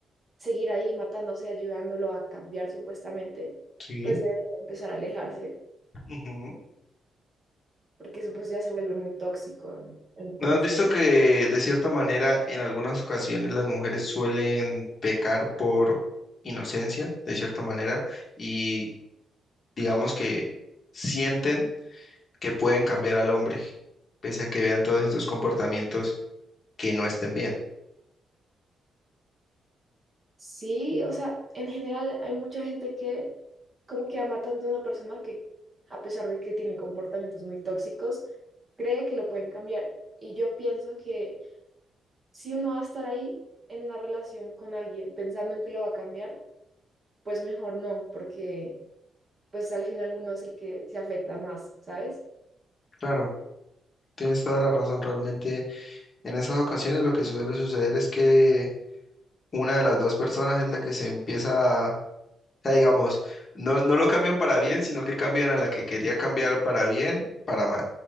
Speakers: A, on the right; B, on the left.
A: seguir ahí matándose, ayudándolo a cambiar supuestamente,
B: Sí.
A: pues debe empezar a alejarse,
B: Ujú.
A: porque eso pues ya se vuelve muy tóxico, ¿no? Entonces,
B: ¿No has visto que de cierta manera en algunas ocasiones las mujeres suelen pecar por inocencia, de cierta manera, y digamos que sienten que pueden cambiar al hombre, pese a que vean todos estos comportamientos que no estén bien.
A: sí, o sea, en general hay mucha gente que como que ama tanto a una persona que a pesar de que tiene comportamientos muy tóxicos, cree que lo pueden cambiar. Y yo pienso que si uno va a estar ahí en una relación con alguien pensando en que lo va a cambiar, pues mejor no, porque pues al final uno es el que se afecta más, ¿sabes?
B: Claro, tienes toda la razón. Realmente en esas ocasiones lo que suele suceder es que una de las dos personas es la que se empieza a, o sea, digamos, no, no lo cambian para bien, sino que cambian a la que quería cambiar para bien, para mal,